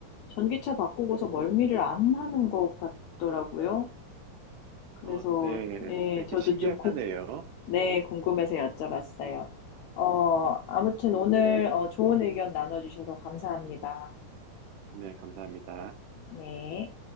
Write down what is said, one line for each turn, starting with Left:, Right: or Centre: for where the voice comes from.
Left: 전기차 바꾸고서 멀미를 안 하는 것 같더라고요. 그래서,
Right: 어, 네,
Left: 예,
Right: 되게
Left: 저도
Right: 신기하네요.
Left: 좀, 궁, 네, 궁금해서 여쭤봤어요. 어, 아무튼 오늘 어, 좋은 의견 나눠주셔서 감사합니다.
Right: 네, 감사합니다.
Left: 네.